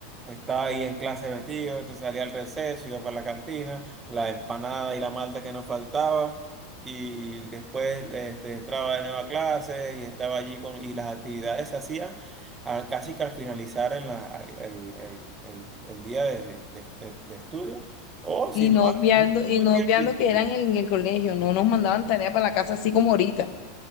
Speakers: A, on the right; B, on the left.
A: estaba ahí en clase metido, entonces salía al receso, iba para la cantina, la empanada y la malta que nos faltaba, y después este, entraba de nuevo a clase y estaba allí con, y las actividades se hacían al- casi que al finalizar en la, al- el, el- el- el día de, de- de- de estudio, o si
B: Y
A: no,
B: no obviando,
A: muy,
B: y
A: muy
B: no
A: bien
B: obviando
A: al principio.
B: que eran en el colegio, no nos mandaban tarea para la casa así como ahorita,